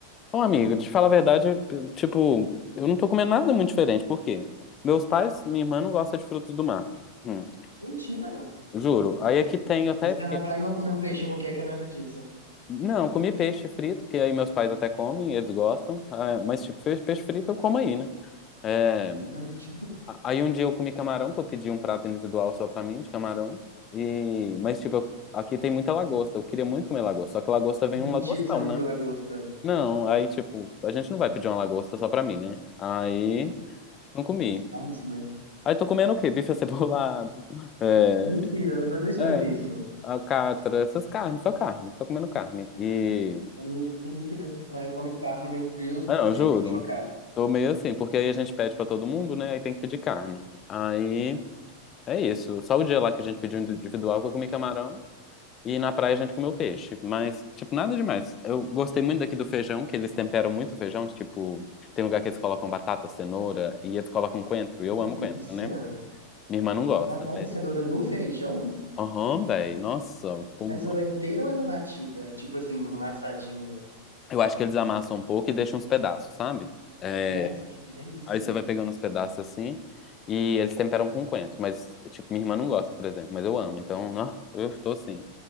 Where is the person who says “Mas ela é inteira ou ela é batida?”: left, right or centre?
Right